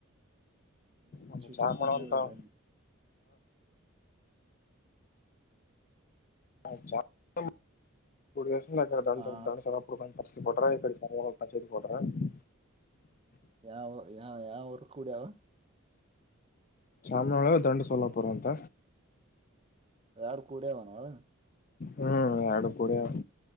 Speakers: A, on the right (about 25°); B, on the left (about 40°).
A: ಹ್ಮ್
B: ಒಂದ
A: ಸಿಟಿ
B: ಚಾಮಾರ
A: ಇದ್ದಂಗ
B: ಅಂತ
A: ಅದ
B: - <unintelligible>
A: ಹಾ
B: <unintelligible>
A: ಯಾವ ಯಾವ ಯಾವ ಊರು ಕುಡ್ಯಾವ
B: ಚಾಮನಹಳ್ಳ ದಂಡ ಸೋಲ್ಲಾಪುರ ಅಂತ
A: ಎರಡು ಕುಡ್ಯಾವ ಆನ ಅವ
B: ಹ್ಮ್ ಎರಡು ಕುಡ್ಯಾವ್